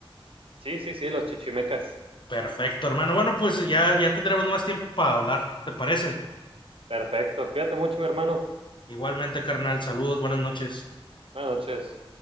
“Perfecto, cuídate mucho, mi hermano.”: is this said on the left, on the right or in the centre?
Right